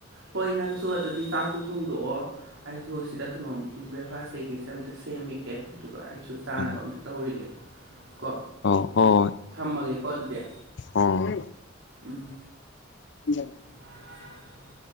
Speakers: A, on the right (about 85°); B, on the left (about 60°).
A: ꯍꯣꯏ ꯅꯪꯁꯨ ꯑꯗꯨꯗꯤ ꯆꯥꯛꯇꯣ ꯊꯣꯡꯗꯣꯛꯑꯣ ꯑꯩꯁꯨ ꯁꯤꯗ ꯀꯩꯅꯣ ꯕ꯭ꯔꯦꯛꯐꯥꯁ ꯀꯩꯀꯩꯁꯦ ꯑꯝꯇ ꯁꯦꯝꯃꯤꯒꯦ ꯑꯗꯨꯒ ꯑꯩꯁꯨ ꯆꯥꯅꯕ
B: ꯎꯝ
A: ꯑꯝꯇ ꯇꯧꯔꯤꯒꯦ ꯀꯣ
B: ꯑꯣ ꯍ‌ꯣꯏ ꯍ‌ꯣꯏ
A: ꯊꯝꯃꯒꯦꯀꯣ ꯑꯗꯨꯗꯤ
B: ꯍ‌ꯣꯏ
A: ꯎꯝ
B: <inaudible>
A: ꯑ